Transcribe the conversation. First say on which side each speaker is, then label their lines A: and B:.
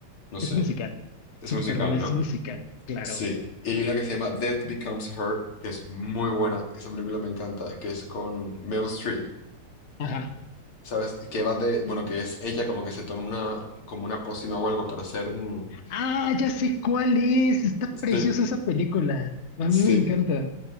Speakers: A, on the left (about 75°); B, on the left (about 40°).
A: no sé,
B: Es musical.
A: es
B: Super,
A: musical,
B: es
A: ¿no?
B: musical, claro.
A: Sí, y hay una que se llama Death Becomes Her, que es muy buena, esa película me encanta, que es con Meryl Streep,
B: Ajá.
A: ¿sabes? Que va de, bueno, que es ella como que se toma una, como una pócima o algo para hacer... mm,
B: Ah, ya sé cuál es. Está
A: Sí,
B: preciosa esa película. A
A: sí,
B: mí me encanta.